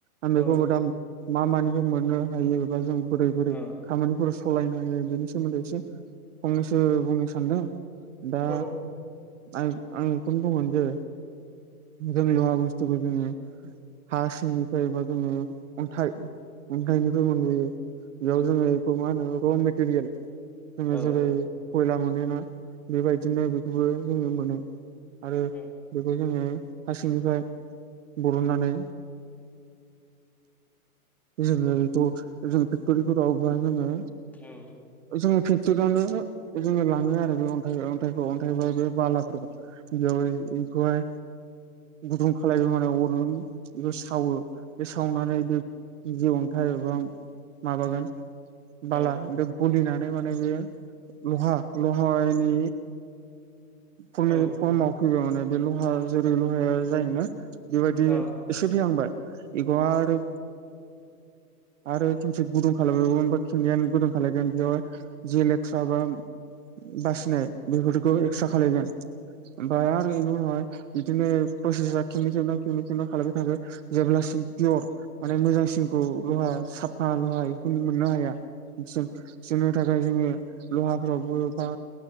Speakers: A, on the right (about 55°); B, in the centre.
A: आं
B: औ
A: बेखौबो दा मा मानिफ्राय मोननो हायो एबा जों बोरै बोरै
B: औ
A: खामानिफोर सालायनो हायो बेनि सोमोन्दै एसे फंनैसो बुंनो सानदों दा
B: औ
A: आं आं बेखौनो बुङो जो जों लहा बुस्थुखौ जोङो हा सिंनिफ्राय बा जोङो अन्थाइ अन्थाइनिफ्राय मोनबोयो बेयाव जोङो बेखौ मा होनो र मेटेरियेल जोङो
B: औ
A: जेरै खयला मोनोना बेबायदिनो बेखौबो जोङो मोनो आरो
B: औ
A: बेखौ जोङो हारसिंनिफ्राय बरननानै जोङोखौ जों फेक्ट'रिफोरावबा जोङो
B: औ
A: जोङो फेक्टरियावनो जोङो लाङो आरो बे अन्थाइ अन्थाइखौ अन्थाइ बा बे बालाफोरखौ जय खौहाय गुदुं खालामलबाय माने अरुम बेखौ सावो बे सावनानै बे जि अन्थाइ एबा माबागोन बाला
B: औ
A: बे गलिनानै माने बे लहा लहानि फरमाव
B: औ
A: फैबा माने बे लहा जेरै लहाया जायोना बेबायदि
B: औ
A: एसे फैहांबाय एखौ आरो आरो खनसे गुदुं खालामलगोना खननैयानो गुदुं खालामलगोन बेयाव जि लेथ्रा बा बासिनाय बेफोरखौ एक्सथ्रा खालायगोन ओमफाय आरो इनि उनावहाय बिदिनो प्रसेसा केकेल न केमिकेल ना खालामबाय थाबो जेब्लासिम पियर माने मोजां खौ लहा साफा लहा बेखौ मोननो हाया जोंनो थाखाय जोङो लहाफ्रावबो बा